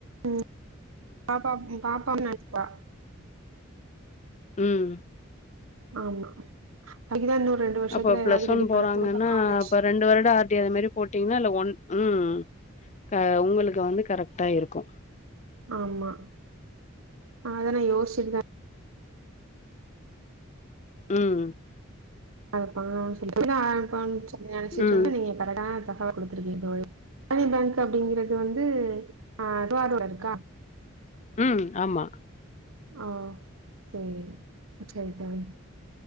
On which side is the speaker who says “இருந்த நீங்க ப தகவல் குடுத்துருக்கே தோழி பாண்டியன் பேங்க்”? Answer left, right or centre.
Right